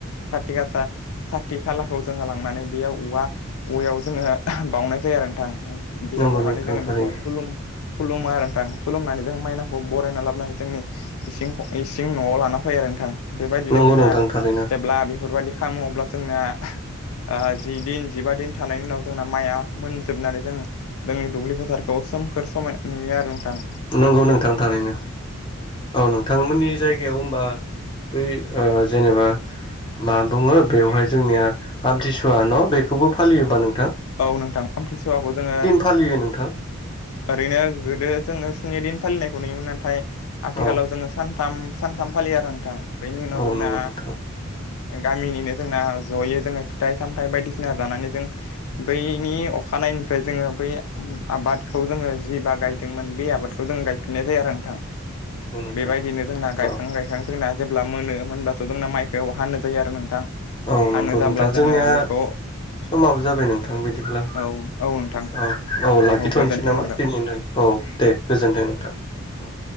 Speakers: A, on the left (about 80°); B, on the left (about 20°).
A: खाथि गासा खाथि खालाखौ जोङो लांनानै बेयाव औवा‌ औवायाव जोङो बावउनाय जायो आरो नोंथां बेयाव
B: नंगौ
A: बावनानै
B: नोंथां
A: जोङो
B: थारैनो
A: बेखौ खुलुम खुलुमो आरो नोंथां खुलुमनानै जों माइनाखौ बरायना लाबोन हायो जोंनि इसिं ख' इसिं न'आव लाना फै आरो नोंथां। बेबायदिनो
B: नंगौ
A: जोंना
B: नोंथां थारैनो
A: जेब्ला बेफोरबायदि खामो अब्ला जोंना ओ जि दिन जिबा दिन थानायनि उनाव जोंना माइआ मोनजोबनानै जों जोंनि दुब्लि फोथारखौ सोमखोर समायना नुयो आरो नोंथां।
B: नंगौ नोंथां थारैनो औ नोंथांमोननि जायगायाव ओमबा बै जेनेबा मा बुङो बेवहाय जोंनिया आमथिसुवा न बेखौबो फालियोबा नों
A: औ नोंथां आमथिसुवाखौ जोंङो
B: फालियो नोंथां
A: ओरैनो गोदो जोंङो स्नि दिन फालिनायखौ नुयोमोन नाथाय आथिखालाव
B: औ
A: जोंङो सानथाम सानथाम फालियो आरो नोंथां। बेनि उनाव
B: औ
A: जोंना
B: नंगौ नोंथां
A: गामिनिनो जोंना जयै जोंङो फिथाइ सामथाइ बायदिसिना जानानै जों। बैनि अखानायनिफ्राय जोंङो बै आबादखौ जोंङो जि बा गायदोंमोन बै आबादखौ जों। गायफिनाय जायो आरो नोंथां
B: नंगौ नोंथां
A: बेबायदिनो जोंना गायखां
B: औ
A: गायखां जोंना जेब्ला मोनो मोनब्लाथ जोंना माइखौव हानो जायो आरो नोंथां।
B: औ नंगौ
A: हानो
B: नोंथां
A: जाब्ला
B: जोंनिया
A: जोंङो बेखौ।
B: समाबो जाबाय नोंथां बिदिब्ला।
A: औ औ नोंथां
B: औ औ लाखिथनोसै
A: गोजोन्थों
B: नामा
A: नोंथां
B: दिनैनिथाखाय औ दे गोजोन्थों नोंथां। औ।